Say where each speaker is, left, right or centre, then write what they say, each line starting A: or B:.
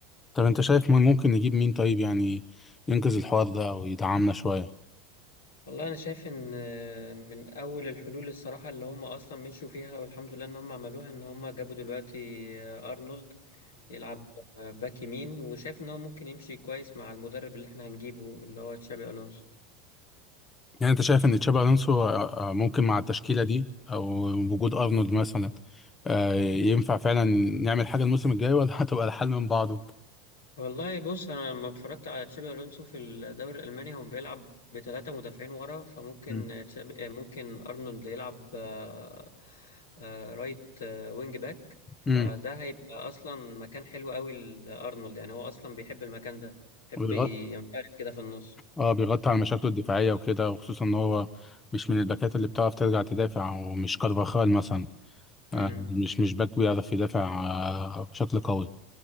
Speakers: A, on the left (about 25°); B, on the left (about 85°).
A: طب أنت شايف مين ممكن نجيب مين طيب يعني ينقذ الحوار ده أو يدعمنا شوية
B: والله انا شايف ان من اول الحلول الصراحة اللي هم اصلا مشوا فيها والحمد لله ان هم عملوها ان هم جابوا دلوقتي ارنولد يلعب باك يمين وشايف ان هو ممكن يمشي كويس مع المدرب اللي احنا هنجيبه اللي هو تشابي الونسو
A: يعني انت شايف ان تشابي الونسو آه، آه، ممكن مع التشكيله دي او وجود ارنولد مثلا آه، ينفع فعلا نعمل حاجه الموسم الجاي ولا <laughs> هتبقى الحال من بعضه
B: والله بص انا لما اتفرجت على تشابي الونسو في الدوري الالماني هو بيلعب بثلاثه مدافعين ورا فممكن
A: مم.
B: تشابي آه، ممكن ارنولد يلعب آه، آه، رايت آه، وينج باك فده
A: امم
B: هيبقى اصلا مكان حلو قوي لارنولد يعني هو اصلا بيحب المكان ده بيحب
A: وبيغطي
B: ينفرد كده في النص
A: اه بيغطي على مشاكله الدفاعيه وكده وخصوصا ان هو مش من الباكات اللي بتعرف ترجع تدافع ومش كارفاخال مثلا
B: مم.
A: آه، مش مش باك بيعرف يدافع آه، بشكل قوي